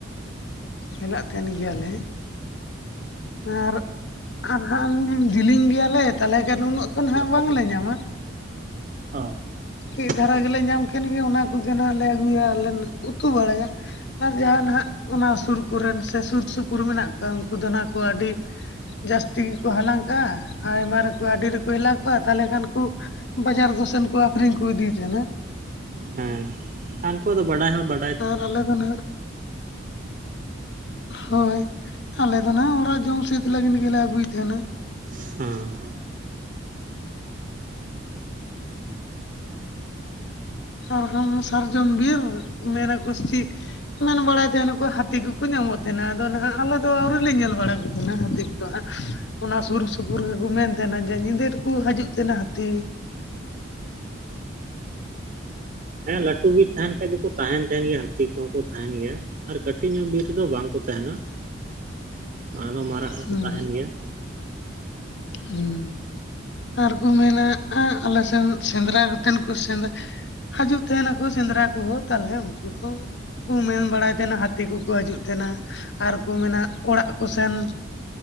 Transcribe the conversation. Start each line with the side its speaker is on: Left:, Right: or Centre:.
Left: ᱦᱮᱞᱟᱜ ᱛᱟᱸᱦᱮᱱ ᱜᱮᱭᱟᱞᱮ᱾ ᱟᱨ ᱟᱨ ᱦᱟᱸᱜ ᱡᱤᱞᱤᱧ ᱜᱮᱭᱟᱞᱮ ᱛᱟᱦᱞᱮ ᱠᱷᱟᱱ ᱩᱱᱟᱹᱜ ᱛᱚ ᱱᱟᱦᱟᱜ
Right: ᱞᱟᱛᱟᱨ
Left: ᱵᱟᱝᱞᱮ
Right: ᱨᱮᱜᱮ
Left: ᱧᱟᱢᱟ᱾
Right: ᱚ
Left: ᱠᱟᱺᱡ
Right: ᱦᱮᱸ
Left: ᱫᱷᱟᱨᱟ ᱜᱮᱞᱮ ᱧᱟᱢ ᱠᱮᱱ ᱜᱮ ᱚᱱᱟ ᱠᱚᱜᱮ ᱱᱟᱜ ᱞᱮ ᱟᱹᱜᱩᱭᱟ ᱟᱨᱞᱮ ᱩᱛᱩ ᱵᱟᱲᱟᱭᱟ᱾ ᱟᱨ ᱡᱟᱦᱟᱸ ᱱᱟᱦᱟᱜ ᱚᱱᱟ ᱥᱩᱨ ᱠᱚᱨᱮᱱ ᱥᱮ ᱥᱩᱨ ᱥᱩᱯᱩᱨ ᱢᱮᱱᱟᱜ ᱠᱚᱣᱟ ᱩᱱᱠᱩ ᱫᱚ ᱱᱟᱜ ᱠᱚ ᱟᱹᱰᱤ ᱡᱟᱹᱟᱥᱛᱤ ᱜᱮᱠᱚ ᱦᱟᱞᱟᱝ ᱟ, ᱟᱭᱢᱟ ᱨᱮᱠᱚ ᱟᱹᱰᱤ ᱨᱮᱠᱚ ᱦᱮᱞᱟᱣ ᱠᱚᱜ-ᱟ ᱛᱟᱦᱞᱮ ᱠᱷᱟᱱ ᱠᱚ ᱵᱟᱡᱟᱨ ᱠᱚ ᱥᱮᱱ ᱠᱚ ᱟᱠᱷᱨᱤᱧ ᱠᱚ ᱤᱫᱤᱭ ᱛᱟᱸᱦᱮᱱᱟ᱾
Right: ᱦᱮᱸ ᱟᱨ ᱩᱱᱠᱩ ᱫᱚ ᱵᱟᱰᱟᱭ ᱦᱚᱸ ᱵᱟ
Left: ᱟᱨ ᱟᱞᱮ ᱫᱚ ᱱᱟᱜ ᱦᱳᱭ ᱟᱞᱮ ᱫᱚ ᱱᱟᱜ ᱚᱲᱟᱜ ᱡᱚᱢ ᱥᱮᱫ ᱞᱟᱹᱜᱤᱫ ᱜᱮᱞᱮ ᱟᱹᱜᱩᱭ ᱛᱟᱸᱦᱮᱱᱟ᱾
Right: ᱦᱩᱸ᱾
Left: ᱟᱨᱦᱚᱸ ᱥᱟᱨᱡᱚᱢ ᱵᱤᱨ ᱢᱮᱱᱟᱠᱚ ᱥᱮ ᱪᱮᱫ ᱢᱮᱱ ᱵᱟᱲᱟᱭ ᱛᱟᱸᱦᱮᱱᱟᱠᱚ ᱦᱟᱹᱛᱤ ᱠᱚᱠᱚ ᱧᱟᱢᱚᱜ ᱛᱟᱸᱦᱮᱱᱟ ᱟᱫᱚ ᱱᱟᱦᱟᱜ ᱟᱞᱮ ᱫᱚ ᱟᱹᱣᱨᱤ ᱞᱮ ᱧᱮᱞ ᱵᱟᱲᱟ ᱠᱚ ᱛᱟᱸᱦᱮᱱᱟ ᱦᱟᱹᱛᱤ <unintelligible> ᱚᱱᱟ ᱥᱩᱨ ᱥᱩᱯᱩᱨ ᱜᱮᱠᱚ ᱢᱮᱱ ᱛᱟᱸᱦᱮᱱᱟ ᱡᱮ ᱧᱤᱫᱟᱹ ᱨᱮᱠᱚ ᱦᱤᱡᱩᱜ ᱛᱟᱸᱦᱮᱱᱟ ᱦᱟᱹᱛᱤ᱾
Right: ᱦᱮᱸ ᱞᱟᱹᱴᱩ ᱵᱤᱨ ᱛᱟᱸᱦᱮᱱ ᱠᱷᱟᱡ ᱫᱚᱠᱚ ᱛᱟᱸᱦᱮᱱ ᱛᱟᱦᱮᱱ ᱜᱮᱭᱟ ᱦᱟᱹᱛᱤ ᱠᱚᱦᱚᱸ ᱠᱚ ᱛᱟᱸᱦᱮᱱ ᱜᱮᱭᱟ ᱟᱨ ᱠᱟᱹᱴᱤᱡ ᱧᱚᱜ ᱵᱤᱨ ᱨᱮᱫᱚ ᱵᱟᱝ᱾ ᱠᱚ ᱛᱟᱸᱦᱮᱱᱟ ᱚᱱᱟ ᱫᱚ ᱢᱟᱨᱟᱜ
Left: ᱦᱩᱸ
Right: ᱠᱚᱠᱚ ᱛᱟᱸᱦᱮᱱ ᱜᱮᱭᱟ᱾
Left: ᱦᱩᱸ, ᱟᱨᱠᱚ ᱢᱮᱱᱟ ᱟ ᱟᱞᱮ ᱥᱮᱱ ᱥᱮᱸᱫᱽᱨᱟ ᱠᱟᱛᱮᱱ ᱠᱚ ᱥᱮᱸᱫᱽ ᱦᱤᱡᱩᱜ ᱛᱟᱦᱮᱱᱟᱠᱚ ᱥᱮᱸᱫᱽᱨᱟ ᱠᱚᱦᱚᱸ ᱛᱟᱞᱦᱮ ᱩᱱᱠᱩ ᱦᱚᱸ ᱠᱚ ᱢᱮᱱ ᱵᱟᱲᱟᱭ ᱛᱟᱦᱮᱸᱱᱟ ᱦᱟᱹᱛᱤ ᱠᱚᱠᱚ ᱦᱤᱡᱩᱜ ᱛᱟᱦᱮᱸᱱᱟ ᱟᱨᱠᱚ ᱢᱮᱱᱟ ᱚᱲᱟᱜ ᱠᱚᱥᱮᱱ